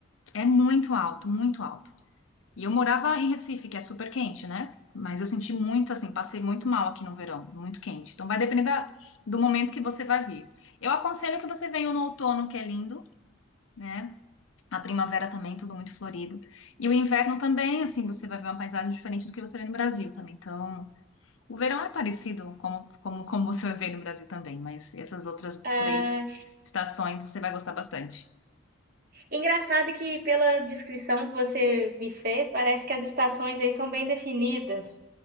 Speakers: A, on the left; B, on the right.
A: É muito alto, muito alto. E eu morava em Recife, que é super quente, né? Mas eu senti muito assim, passei muito mal aqui no verão, muito quente. Então vai depender da- do momento que você vai vir. Eu aconselho que você venha no outono, que é lindo, né? A primavera também, tudo muito florido. E o inverno também, assim, você vai ver uma paisagem diferente do que você vê no Brasil também. Então, o verão é parecido como, como, como você vai ver no Brasil também, mas essas outras
B: Ah,
A: três estações você vai gostar bastante.
B: engraçado que pela descrição que você me fez, parece que as estações aí são bem definidas.